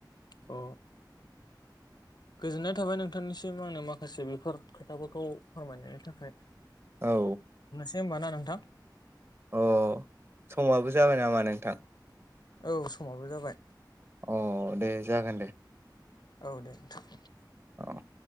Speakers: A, on the left (about 65°); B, on the right (about 30°).
A: अ गोजोननाय थाबाय नोंथांनिसिम आंनो माखासे बेफोर खोथाफोरखौ फोरमायनायनि थाखाय
B: औ
A: दे होमबा ना नोंथां
B: अ समाबो जाबाय नामा नोंथां?
A: औ समाबो जाबाय
B: अ दे जागोन दे।
A: औ दे नोंथां।
B: औ